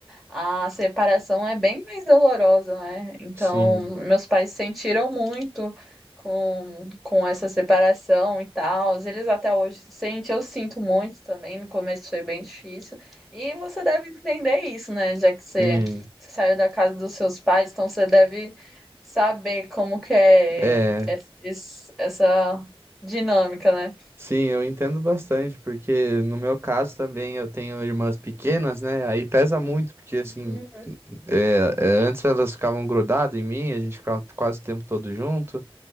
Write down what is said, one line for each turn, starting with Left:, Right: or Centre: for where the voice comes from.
Centre: a separação é bem mais dolorosa, né? Então,
Right: Sim.
Centre: meus pais sentiram muito com, com essa separação e tal. Eles até hoje sentem, eu sinto muito também. No começo foi bem difícil. E você deve entender isso, né? Já que você,
Right: Sim.
Centre: você saiu da casa dos seus pais, então você deve saber como que é
Right: É.
Centre: es- es- essa dinâmica, né?
Right: Sim, eu entendo bastante, porque no meu caso também eu tenho irmãs pequenas, né? Aí pesa muito, porque assim,
Centre: Hum,
Right: é, é, antes elas ficavam grudadas em mim, a gente ficava quase o tempo todo junto,